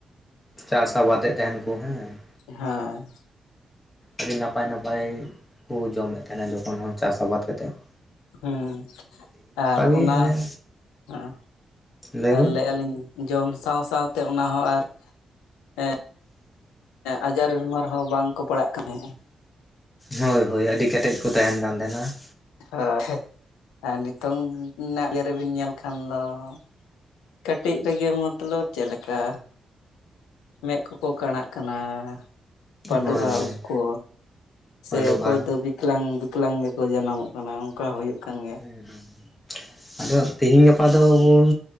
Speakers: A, on the left; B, on the left.
A: ᱪᱟᱥ ᱟᱵᱟᱫᱮᱫ ᱛᱟᱦᱮᱱ ᱠᱚ ᱦᱮᱸ ᱾
B: ᱦᱮᱸ ᱾
A: ᱟᱹᱰᱤ ᱱᱟᱯᱟᱭ ᱱᱟᱯᱟᱭ ᱠᱚ ᱡᱚᱢᱮᱫ ᱛᱟᱦᱮᱱᱟ ᱡᱚᱠᱷᱚᱱ ᱦᱚᱸ ᱪᱟᱥ ᱟᱵᱟᱫ ᱠᱟᱛᱮᱫ ᱾
B: ᱦᱩᱸ ᱟᱨ
A: ᱜᱮ
B: ᱚᱱᱟ
A: ᱚᱱᱮ
B: ᱦᱮᱸ
A: ᱞᱟᱹᱭ
B: ᱟᱨ
A: ᱢᱮ
B: ᱞᱟᱹᱭᱮᱫ ᱟᱞᱤᱧ ᱡᱚᱢ ᱥᱟᱶ ᱥᱟᱶᱛᱮ ᱚᱱᱟ ᱦᱚᱸ ᱟᱨ ᱦᱮᱸ ᱟᱡᱟᱨ ᱵᱤᱢᱟᱨ ᱦᱚᱸ ᱵᱟᱝᱠᱚ ᱯᱟᱲᱟᱜ ᱠᱟᱱᱮ ᱾
A: ᱦᱳᱭ ᱦᱳᱭ ᱟᱹᱰᱤ ᱠᱮᱴᱮᱡ ᱠᱚ ᱛᱟᱦᱮᱱ ᱠᱟᱱ ᱛᱷᱮᱱᱟ ᱾
B: ᱚ ᱦᱳᱭ ᱟᱨ ᱱᱤᱛᱚᱝᱱᱟᱜ ᱤᱭᱟᱹ ᱨᱮᱵᱤᱱ ᱧᱮᱞ ᱠᱷᱟᱱ ᱫᱚ ᱾ ᱠᱟᱹᱴᱤᱡ ᱨᱮᱜᱮ ᱢᱚᱛᱞᱚᱵ ᱪᱮᱜ ᱞᱮᱠᱟ? ᱢᱮᱫ ᱠᱚᱠᱚ ᱠᱟᱲᱟᱜ ᱠᱟᱱᱟ ᱾ ᱯᱟᱸᱰᱩᱜᱼᱟ
A: ᱦᱳᱭ ᱦᱳᱭ
B: ᱩᱵ ᱠᱚ
A: ᱯᱟᱺᱰᱩᱜᱼᱟ
B: ᱥᱮ ᱚᱠᱚᱭ ᱫᱚᱵᱤ ᱤᱠᱞᱟᱝ ᱵᱤᱠᱞᱟᱝ ᱜᱮᱠᱚ ᱡᱟᱱᱟᱢᱚᱜ ᱠᱟᱱᱟ ᱚᱝᱠᱟ ᱦᱩᱭᱩᱜ ᱠᱟᱱ ᱜᱮ ᱾
A: ᱦᱩᱸ ᱦᱩᱸ <inaudible> ᱟᱫᱚ ᱛᱮᱦᱤᱧ ᱜᱟᱯᱟ ᱫᱚᱵᱚᱱ